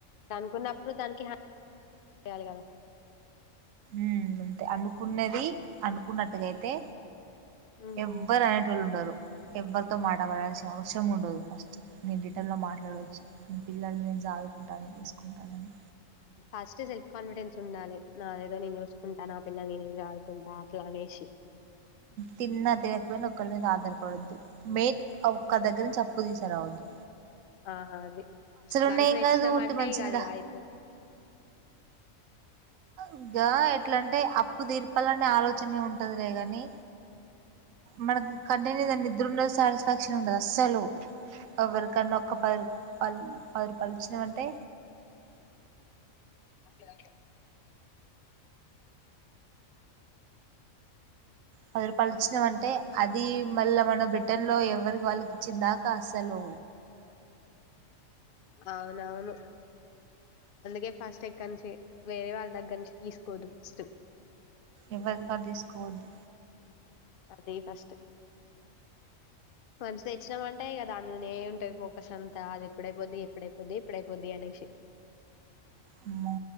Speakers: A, on the left; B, on the right.
A: దానుకున్నప్పులు దానికి హ చెయాలికదా?
B: ఉ అంతే, అనుకున్నది అనుకున్నట్టుగ అయి తే.
A: హ్మ్
B: ఎవ్వరు
A: హ్మ్.
B: అనేటోళ్ళు ఉండరు. ఎవ్వరితో మాట పడాల్సిన అవసరం ఉండదు ఫస్ట్. నేను రిటర్న్ ల మాట్లాడోచ్చు, నెన్ పిల్లలని నేను సాదుకుంటా, నేన్ చూసుకుంటానని.
A: ఫస్ట్ సెల్ఫ్ కాన్ఫిడెన్స్ ఉండాలి, నాదేదో నేను చూసుకుంటా, నా పిల్లల్ని నేను సాదుకుంటా అట్లా అనేసి.
B: తిన్నా తినకపోయినా ఒకళ్ల మీద ఆధారపడద్దు. మెయిన్ ఒక్కర్దగ్గర నుంచి అప్పు తీసకరావద్దు.
A: ఆ అది, వన్స్
B: ఉన్నాయేం
A: తెచ్చినాం
B: కాదు ఉట్టి
A: అంటే,
B: మనుషులదా
A: ఇక అది ఆయ్పో
B: ఇగా ఎట్లాంటే, అప్పు తీర్పాలనే ఆలోచన్నే ఉంటదిలేగన్ ని మనకి కంటి నిండ నిద్దరుండదు, సాటిస్ఫాక్షన్ ఉండదు అస్సలు. ఎవరికన్నా ఒక్క పది రూపాయల్ పది రూపాయలిచ్చినమ్ అంటే.
A: అట్లే అట్లే.
B: పదురుపాలుచ్చినమంటే, అదీ మళ్ళా మనం రిటన్లో ఎవరిద్ వాళ్ళకి ఇచ్చిన్దాకా అసలు.
A: అవునవును. అందుకె ఫస్ట్ ఎక్కనుంచి, వేరే వాళ్ళ దగ్గర నుంచి తీసుకోవద్దు ఫస్ట్.
B: ఎవరిదగ్ తీసుకోవద్దు.
A: అంతే ఫస్ట్. వన్స్ తెచ్చినమంటే ఇగ దానిమీదనే ఉంటది ఫోకస్ అంతా. అది ఇప్పుడైపోద్ది, ఇప్పుడైపోద్ది ఇప్పుడైపోద్ది అనేసి.
B: అమ్మో